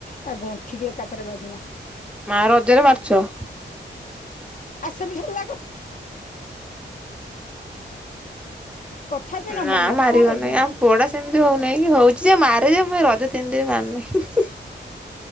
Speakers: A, on the left (about 45°); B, in the centre.
A: ତା ଗଣ୍ଠିିକି ଏକାତରେକେ ବାଜିଲା।
B: ମା ରଜରେ ମାରୁଚ।
A: ଆଉ ସେମିତି ହେଲାବେଳକୁ କଥା ଯଦି ନ
B: ନାଁ
A: ମାନିଲ
B: ମାାରିବନି
A: କଣ କରିବ?
B: ଆମ ପୁଅଟା ସେମିତି ହିଁଉନିକି ହୋଉଚି ଯେ ମାରେ ଯେ ମୁଁ ରଜ ତିନି ଦିନ ମାରୁନାହିଁ।